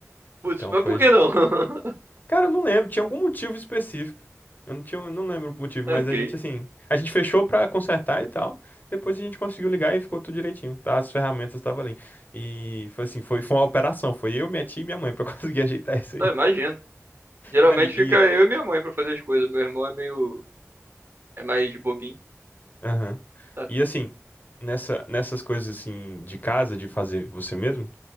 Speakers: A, on the right; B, on the left.
A: putz,
B: Então
A: mas
B: foi
A: por que não? <laughs>
B: Cara, eu não lembro, tinha algum motivo específico. Eu não tinha, eu não lembro o motivo,
A: Ok,
B: mas a gente assim, a gente fechou pra consertar e tal. Depois a gente conseguiu ligar e ficou tudo direitinho, tá? As ferramentas estavam ali. E foi assim, foi, foi uma operação, foi eu, minha tia e minha mãe pra <laughs> conseguir ajeitar isso aí.
A: Ah, imagino. Geralmente
B: Não, e,
A: fica
B: e,
A: eu e minha mãe pra fazer as coisas. Meu irmão é meio. é mais bobinho.
B: aham.
A: sabe?
B: E assim, nessa, nessas coisas assim de casa, de fazer você mesmo,